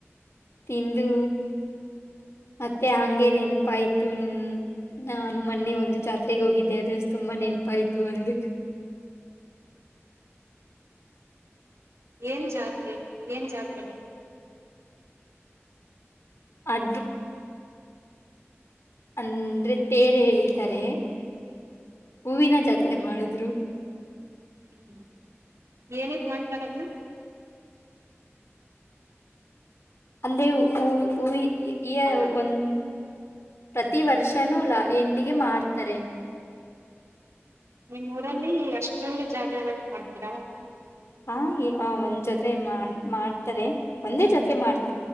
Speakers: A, on the left; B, on the right.
A: ತಿಂದು ಮತ್ತೆ ಹಂಗೆ ನೆನಪಾಯ್ತು ನನ್ ನಾನು ಮೊನ್ನೆ ಒಂದು ಜಾತ್ರೆಗೆ ಹೋಗಿದ್ದೆ ಅದ ತುಂಬಾ ನೆನ್ಪಾಯ್ತು ಹಂಗೆ
B: ಏನ್ ಜಾತ್ೆ ಏನ್ ಜಾತ್ರೆೆ
A: <inaudible> ಅ ಅಂದ್ರೆ ತೇರೆ ಹಿತಾರೆ ಹೂವಿನ ಜಾತ್ರೆ ಮಾಡುದ್ರು
B: ಹ್ಮ ಏನ ಮಾಡ್ತಾರದ
A: ಅಂದೆ ಹ ಹಊವಿ ಈ
B: ಅಲೋ
A: ಒಂದು ಪ್ರತಿ ವರ್ಷನೂ ಲ ಎಂಡಿಗೆ ಮಾರ್ತಾರೆ
B: ನಿಮ್ಮ ಊರಲ್ಲಿ ಅಷ್ಟೊಂದು ಜಾತ್ರೆಗಳಲ್ಲ ಮಾಡ್ತೀರಾ
A: ಹಾ ಒಂದ್ ಜೋತ್ರೆ ಮಾಡ ಮಾಡ್ತಾರೆ ಒಂದೇ ಜೋತ್ರೆ ಮಾಡ್ತ